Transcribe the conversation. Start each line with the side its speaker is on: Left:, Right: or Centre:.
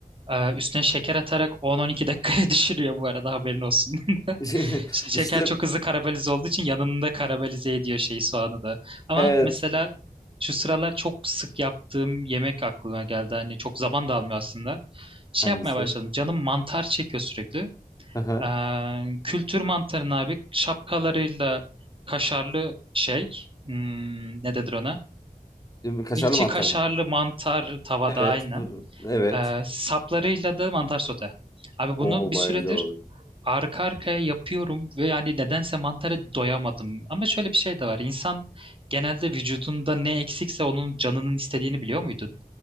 Right: e, üstüne şeker atarak 10-12 dakikaya <laughs> düşürüyor bu arada haberin olsun.
Left: <laughs>
Right: Ş- Şeker
Left: İşte
Right: çok hızlı karamelize olduğu için yanında karamelize ediyor şeyi soğanı da. Ama
Left: evet.
Right: mesela şu sıralar çok sık yaptığım yemek aklıma geldi. Hani çok zaman da almıyor aslında. Şey
Left: Hangisi?
Right: yapmaya başladım. Canım mantar çekiyor sürekli.
Left: Aha.
Right: Ee, kültür mantarını abi şapkalarıyla kaşarlı şey. Hmm, ne denir ona?
Left: Kaşarlı
Right: İçi
Left: mantar
Right: kaşarlı
Left: mı?
Right: mantar tavada
Left: Evet.
Right: aynen.
Left: fırın. Evet.
Right: Ee, saplarıyla da mantar sote. Abi bunu
Left: O
Right: bir
Left: baya
Right: süredir
Left: güzel olur.
Right: arka arkaya yapıyorum ve yani nedense mantara doyamadım. Ama şöyle bir şey de var. İnsan genelde vücudunda ne eksikse onun canının istediğini biliyor muydun?